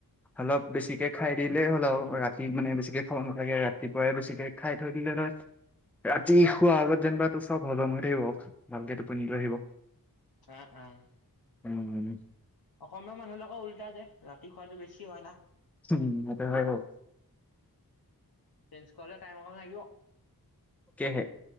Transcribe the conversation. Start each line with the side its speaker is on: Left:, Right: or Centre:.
Centre: অলপ বেছিকে খাই দিলেই হ'ল আৰু ৰাতি মানে বেছিকে খাব নালাগে ৰাতিপুৱাই বেছিকে খাই থৈ দিলে তই ৰাতি শোৱাৰ আগত যেনিবা তোৰ চব হজম হৈ থাকিব ভালকে টুপনিতো আহিব
Left: আহ আহ
Centre: উমমম
Left: অসমীয়া মানুহবিলাকৰ উল্টা যে ৰাতি খোৱাটো বেছি হয় না
Centre: উম সেটো হয় বাৰু
Left: চেঞ্জ কৰিবলে টাইম অকণ লাগিব
Centre: তাকেহে